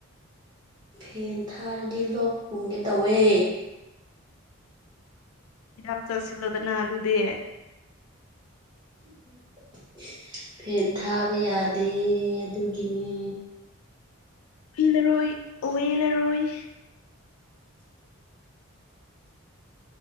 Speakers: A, on the right; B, on the left.
A: ꯐꯦꯟ ꯊꯥꯔꯗꯤ ꯂꯣꯛ ꯊꯨꯡꯒꯦ ꯇꯧꯋꯦ꯫
B: ꯍꯤꯗꯥꯛ ꯆꯥꯁꯤꯜꯂꯣꯗꯅ ꯑꯗꯨꯗꯤ꯫
A: <unintelligible> ꯐꯦꯟ ꯊꯥꯕ ꯌꯥꯗꯦ ꯑꯗꯨꯒꯤꯅꯦ꯫
B: ꯏ ꯅꯔꫭꯏ ꯑꯣꯏ ꯂꯔꯣꯏ꯫